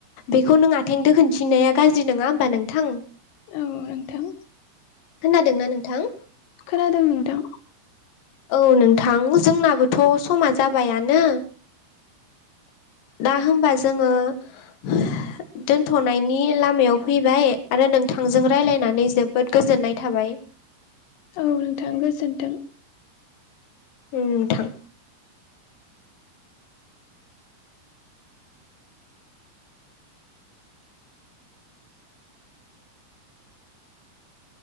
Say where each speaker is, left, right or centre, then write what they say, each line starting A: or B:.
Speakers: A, on the left; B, on the left.
A: बेखौ नों आथेंजों खोनथिनाया गाज्रि नङा होमबा नोंथां
B: औ नोंथां
A: खोनादोंना नोंथां?
B: खोनादों नोंथां
A: औ नोंथां जोंनाबोथ' समा जाबायानो दा होमबा जोङो दोनथ'नायनि लामायाव फैबाय आरो नोंथांजों रायलायनानै जोबोद गोजोननाय थाबाय।
B: औ नोंथां गोजोन्थों
A: ओ नोंथां <inaudible> <unintelligible>